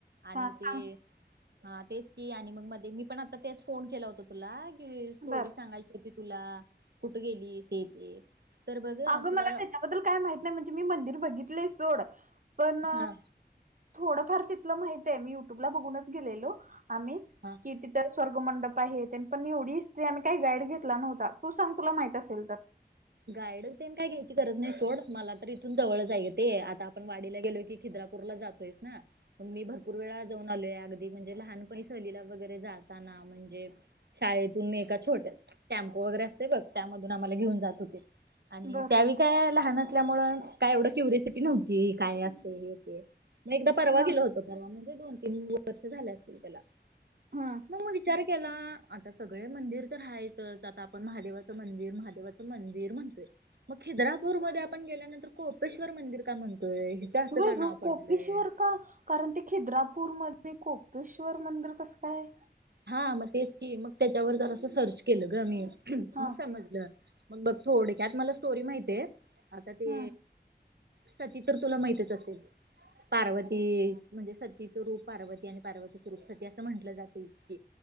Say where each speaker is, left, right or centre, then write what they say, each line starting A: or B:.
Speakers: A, on the right; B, on the right.
A: आणि
B: हा
A: ते.
B: सांग
A: हा तेच की आणि मग मध्ये मी पण आता तेच फोन केला होता तुला कि स्टोरी
B: बर
A: सांगाय त ती तुला कुठे गेली ते ते तर बघ
B: अगं
A: तुला
B: मला त्याच्याबद्दल काय माहित नाही, म्हणजे मी मंदिर बघितलंय सोड पण
A: हा
B: थोडंफार तिथलं माहीत हे, मी युट्युब ला बघूनच गेलेलो आम्ही
A: हा!
B: कि तिथं स्वर्ग मंडप आहे, तेन पण मी एवढी हिस्टरी आम्ही काही गाईड घेतला नव्हता, तू सांग तुला माहित असेल तर
A: गाईड तेन काय घ्यायची गरज नाही सोड मला तर इथून जवळ च हाय ग ते, आता आपण वाडीला गेलो की. खिद्रापूर ला जातोयच ना.
B: <inaudible>
A: मी भरपूर वेळा जाऊन आलोय, अगदी म्हणजे लहानपणी सहलीला वगैरे जाताना. म्हणजे शाळेतून एका छोट्या टॅम्पो वगैरे असतय बग त्यामधून आम्हाला घेऊन जात? आणि
B: बर
A: त्यावेळी. काय लहान असल्यामुळं, काय एवढं क्युरिसिटी नव्हती काय असते हे ते! मग एकदा परवा
B: हा
A: गेलो होतो परवा म्हणजे दोन तीन वर्ष झाल्या असतील त्याला,
B: हम्म
A: मग, मग विचार केला, आता सगळे मंदिर तर हायतचं आता आपण महादेवाचं मंदिर महादेवा च मंदिर म्हणतोय, मग खिद्रापूर मध्ये आपण गेल्यानंतर कोळपेश्वर मंदिर का म्हणतोय? असं
B: होय
A: का नाव
B: गं,
A: पडलंय
B: कोपेश्वर का कारण ते खिद्रापूरमध्ये कोपेश्वर मंदिर कसं काय?
A: हा म तेच की, मग त्याच्यावर जरासं सर्च केलं ग मी,
B: हा
A: मग समजलं. मग बघ थोडक्यात मला स्टोरी माहितीेय आता ते
B: हम्म
A: सती तर तुला माहितच असेल. पार्वती म्हणजे सतीचं रूप पार्वती आणि पार्वतीच रूप सती असं म्हटलं जात